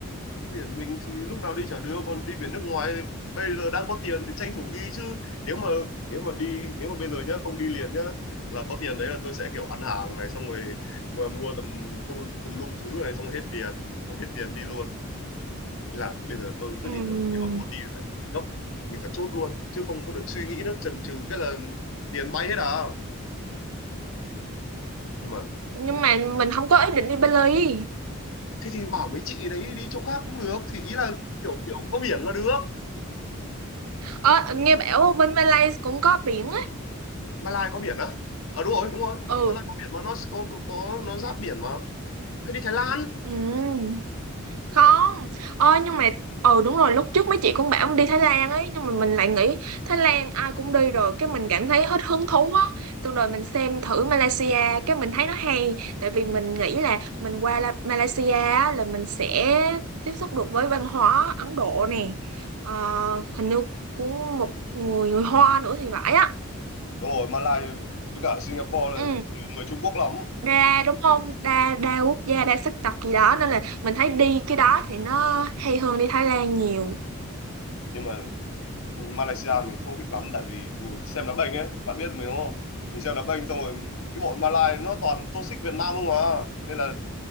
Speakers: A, on the left; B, on the right.
A: đi biển mình thì lúc nào đi chả đưa còn đi biển nước ngoài thì bây giờ đang có tiền thì tranh thủ đi chứ nếu mà nếu mà đi nếu mà bây giờ nhá không đi liền nhá là có tiền đấy là tôi sẽ kiểu ăn hàng này xong rồi mà mua tầm tung tùm lum thứ này xong hết tiền xong hết tiền đi luôn Nên là bây giờ tôi quyết
B: Ừm,
A: định rồi nếu mà muốn đi thì phải gấp mình phải chốt luôn chứ không có được suy nghĩ nữa chần chừ cái là tiền bay hết à nhưng mà
B: nhưng mà mình không có ý định đi Bali
A: thế thì bảo mấy chị đấy đi chỗ khác cũng được thì ý là kiểu kiểu có biển là được
B: ờ nghe bảo bên Malaysia cũng có biển á
A: Malai có biển á ờ đúng rồi đúng rồi
B: ừ
A: Malai có biển mà nó có, có, có nó giáp biển mà hay đi Thái Lan
B: Ừm. không ơi nhưng mà ừ đúng rồi lúc trước mấy chị cũng bảo đi Thái Lan ấy nhưng mà mình lại nghĩ Thái Lan ai cũng đi rồi cái mình cảm thấy hết hứng thú á xong rồi mình xem thử Malaysia cái mình thấy nó hay tại vì mình nghĩ là mình qua La- Malaysia á, là mình sẽ tiếp xúc được với văn hóa Ấn Độ nè Ờ, hình như cũng một người người Hoa nữa thì phải á
A: đúng rồi Malaysia với cả Singapore là
B: ừ
A: trừ người Trung Quốc lắm
B: đa đúng không đa đa quốc gia đa sắc tộc gì đó nên là mình thấy đi cái đó thì nó hay hơn đi Thái Lan nhiều
A: nhưng mà Malaysia mình không thích lắm tại vì mình xem đá banh ấy bạn biết mình đúng không mình xem đá banh xong rồi cái bọn Malay nó toàn tô xích Việt Nam không à nên là